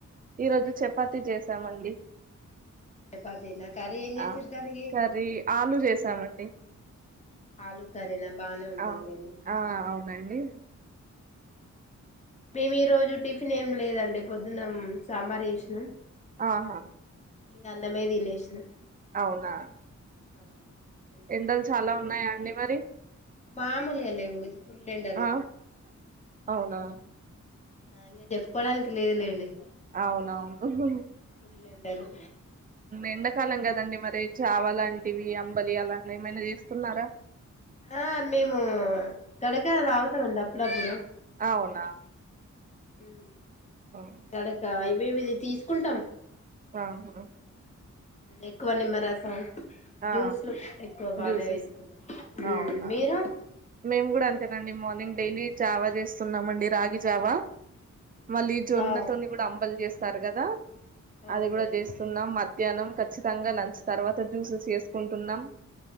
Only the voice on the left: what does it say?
చపాతీనా కర్రీ ఏం చేసిరు
దానికి
ఆలూ కర్రీనా బానే ఉంటద్
లెండి
మేము ఈ రోజు టిఫిన్ ఏం లేదండి పొద్దునమ్మ్ సాంబార్ చేసినాం
ఇంక అన్నమే తినేసినం
ఆవున్
మామూల్ గా లేవు ఫుల్లెండలు
ఆ ఇంకా చెప్కోడానికి లేదులేండి
ఫుల్ల్ ఎండలు
ఆ మేము కడక తాగుతామండి అప్పుడప్పుడు
హ్మ్
గడక ఇవేమిది తీసుకుంటాం
ఎక్కువ నిమ్మరసం జ్యూస్లు
ఎక్కువ బానే
తీస్ కుంటాం హూ
మీరు
ఆ
అవునండి